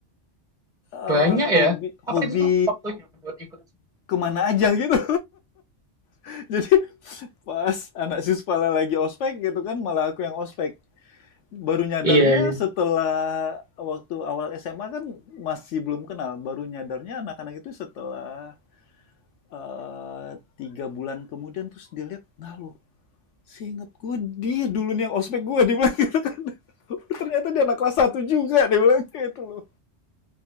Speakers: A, on the left; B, in the centre.
A: eh,
B: Banyak
A: hobi
B: ya. Apa
A: hobi
B: itu tuh waktunya buat ikut?
A: kemana aja gitu. <laughs> Jadi pas anak sispala lagi ospek gitu kan, malah aku yang ospek. Baru nyadarnya
B: Iya, iya.
A: setelah waktu awal SMA kan masih belum kenal. Baru nyadarnya anak-anak itu setelah eh, tiga bulan kemudian terus dilihat, nah loh Seinget gue dia dulu nih yang ospek gue dia bilang gitu kan. <laughs> Ternyata dia anak kelas satu juga dia bilang kayak itu loh.